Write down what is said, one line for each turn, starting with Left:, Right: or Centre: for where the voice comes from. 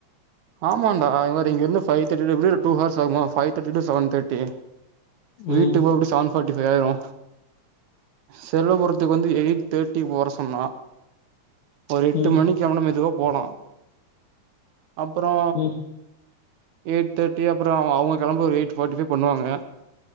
Right: ஆமான்டா இவரு இங்கிருந்து ஃபை தேர்டி எப்டியு ஒரு டூ ஹவர்ஸ் ஆகுமா five thirty to seven thirty வீட்டுக்கு
Left: ம்
Right: போ எப்டி சவென் பார்ட்டி ஃபைவ் ஆயிரு செல்லபுரத்துக்கு வந்து எயிட் தேர்ட்டிகு வர சொன்னா ஒரு எட்டு
Left: ம்
Right: மணிக்கு அவன மெதுவா போலா அப்பறோ
Left: ம்
Right: எய்ட் தேர்டி அப்பறோ அவங்க கிளம்ப ஒரு எயிட் ஃபர்ட்டி ஃபை பண்ணுவாங்க